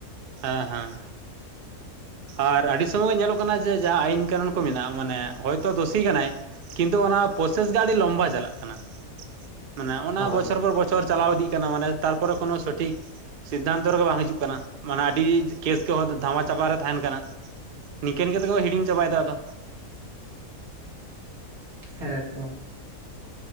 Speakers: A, on the right; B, on the right.
A: ᱦᱮᱸ ᱦᱮᱸ᱾ ᱟᱨ ᱟᱰᱤ ᱥᱚᱢᱚᱭ ᱧᱮᱞᱚᱜ ᱠᱟᱱᱟ ᱡᱮ ᱡᱟᱦᱟᱸ ᱟᱭᱤᱱ ᱠᱟᱹᱱᱩᱱ ᱠᱚ ᱢᱮᱱᱟᱜ-ᱟ ᱢᱟᱱᱮ ᱦᱚᱭᱛᱚ ᱫᱩᱥᱤ ᱠᱟᱱᱟᱭᱼᱼ ᱠᱤᱱᱛᱩ ᱚᱱᱟ ᱯᱨᱚᱥᱮᱥ ᱜᱮ ᱟᱰᱤ ᱞᱚᱢᱵᱟ ᱪᱟᱞᱟᱜ ᱠᱟᱱᱟ ᱢᱟᱱᱮ ᱚᱱᱟ
B: ᱦᱳᱭ
A: ᱵᱚᱪᱷᱚᱨ ᱵᱚᱨ ᱵᱚᱼᱼ ᱪᱷᱚᱨ ᱪᱟᱞᱟᱣ ᱤᱫᱤᱜ ᱠᱟᱱᱟ ᱢᱟᱱᱮ ᱛᱨᱯᱚᱨᱮ ᱠᱚᱱᱚ ᱥᱚᱴᱷᱤᱠ ᱥᱤᱫᱽᱫᱟᱱᱛᱚ ᱨᱮᱜᱮ ᱵᱟᱝ ᱦᱤᱡᱩᱜ ᱠᱟᱱᱟ᱾ ᱢᱟᱱᱮ ᱟᱰᱤ ᱠᱮᱥ ᱠᱚ ᱦᱚᱸ ᱫᱷᱟᱢᱟ ᱪᱟᱵᱟ ᱨᱮ ᱛᱟᱦᱮᱱ ᱠᱟᱱᱟ ᱱᱤᱝᱠᱟᱹ ᱱᱤᱠᱟᱹ ᱛᱮᱠᱚ ᱦᱤᱲᱤᱧ ᱪᱟᱵᱟ ᱭᱮᱫᱟ ᱟᱫᱚ᱾
B: ᱦᱮᱸ ᱮᱠᱫᱚᱢ᱾